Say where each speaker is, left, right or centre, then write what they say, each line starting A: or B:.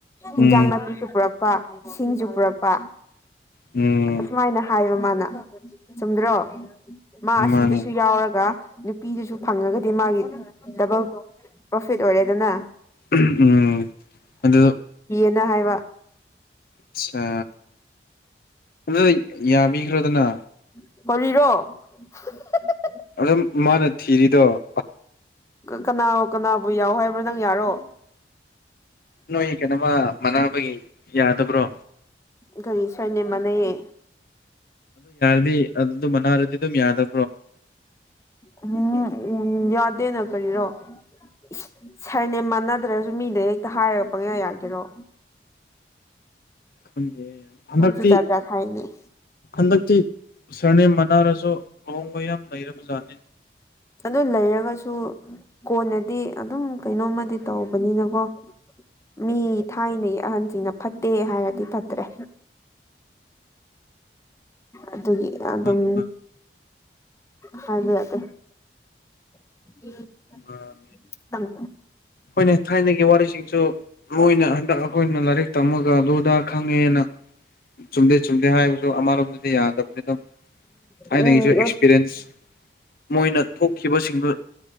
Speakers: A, on the left (about 55°); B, on the left (about 15°).
A: ꯎꯝ
B: ꯏꯟꯖꯥꯡ ꯅꯥꯄꯤꯁꯨ ꯄꯨꯔꯛꯄ ꯁꯤꯡꯖꯨ ꯄꯨꯔꯛꯄꯥ
A: ꯎꯝ
B: ꯑꯁꯨꯃꯥꯏꯅ ꯍꯥꯏꯕ ꯃꯥꯅ ꯆꯨꯝꯗ꯭ꯔꯣ ꯃꯥ ꯑꯁꯤꯗꯁꯨ
A: ꯃꯥꯅꯦ
B: ꯌꯥꯎꯔꯒ ꯅꯨꯄꯤꯗꯨꯁꯨ ꯐꯪꯉꯒꯗꯤ ꯃꯥꯒꯤ ꯗꯕꯜ ꯄ꯭ꯔꯣꯐꯤꯠ ꯑꯣꯏꯔꯦ ꯗꯅꯥ
A: ꯎꯝ ꯎꯝ ꯑꯗꯨ
B: ꯅ ꯍꯥꯏꯕ
A: ꯑꯁꯥ ꯑꯗꯨ ꯌꯥꯕꯤꯈ꯭ꯔꯣꯗꯅꯥ
B: ꯀꯔꯤꯔꯣ ꯍ ꯍ
A: ꯑꯗꯨꯝ ꯃꯥꯅ ꯊꯤꯔꯤꯗꯣ
B: ꯀꯅꯥ ꯀꯅꯥꯕꯨ ꯌꯥꯎ ꯍꯥꯏꯕ꯭ꯔ ꯅꯪ ꯌꯥꯔꯣ
A: ꯅꯣꯏ ꯀꯩꯅꯣꯃ ꯃꯅꯥꯕꯒꯤ ꯌꯥꯗꯕ꯭ꯔꯣ
B: ꯒꯔꯤ ꯁꯔ ꯅꯦꯝ ꯃꯥꯟꯅꯩꯌꯦ
A: ꯗꯤ ꯑꯗꯨꯗꯣ ꯃꯥꯟꯅꯔꯗꯤ ꯑꯗꯨꯝ ꯌꯥꯗ
B: ꯎꯝ ꯎꯝ ꯌꯥꯗꯦꯅꯥ ꯀꯔꯤꯔꯣ ꯏꯁ ꯁꯔꯅꯦꯝ ꯃꯥꯟꯅꯗ꯭ꯔꯖꯨ ꯃꯤꯗ ꯍꯦꯛꯇ ꯍꯥꯏꯔꯒ ꯄꯪꯌꯥ ꯌꯥꯒꯦꯔꯣ <inaudible>
A: ꯈꯪꯗꯦꯌꯦ ꯍꯟꯗꯛꯇꯤ
B: ꯅꯪꯁꯨ ꯖꯥꯠ ꯖꯥꯠ ꯍꯥꯏꯅꯦ
A: ꯍꯟꯗꯛꯇꯤ ꯁꯔꯅꯦꯝ ꯃꯥꯟꯅꯔꯖꯨ ꯑꯍꯣꯡꯕ ꯌꯥꯝ ꯂꯩꯔꯕ ꯖꯥꯠꯅꯤ
B: ꯑꯗꯨ ꯂꯩꯔꯒꯁꯨ ꯀꯣꯟꯅꯗꯤ ꯑꯗꯨꯝ ꯀꯩꯅꯣꯃꯗꯤ ꯇꯧꯕꯅꯤꯅꯀꯣ ꯃꯤ ꯊꯥꯏꯅꯒꯤ ꯑꯍꯟ ꯖꯤꯡꯅ ꯐꯠꯇꯦ ꯍꯥꯏꯔꯗꯤ ꯐꯠꯇ꯭ꯔꯦ ꯑꯗꯨꯒꯤ ꯑꯗꯨꯝ
A: ꯃꯥꯅꯤ ꯃꯥꯅꯤ
B: ꯍꯥꯏꯕ ꯌꯥꯗꯦ <inaudible>
A: ꯑ
B: ꯈꯤꯇꯪ
A: ꯍꯣꯏꯅꯦ ꯊꯥꯏꯅꯒꯤ ꯋꯥꯔꯤꯁꯤꯡꯁꯨ ꯃꯣꯏꯅ ꯍꯟꯗꯛ ꯑꯈꯣꯏꯅ ꯂꯥꯔꯤꯛ ꯇꯝꯃꯒꯥ ꯂꯣꯜ ꯗꯥ ꯈꯪꯉꯦꯅ ꯆꯨꯝꯗꯦ ꯆꯨꯝꯗꯦ ꯍꯥꯏꯕꯗꯨ ꯑꯝꯃꯥꯔꯣꯝꯗꯗꯤ ꯌꯥꯗꯕꯅꯤ ꯊꯥꯏꯅꯒꯤꯁꯨ
B: ꯎꯝ
A: ꯑꯦꯛꯁꯄꯤꯔꯤꯔꯦꯟꯁ ꯃꯣꯏꯅ ꯊꯣꯛꯈꯤꯕꯁꯤꯡꯗꯨ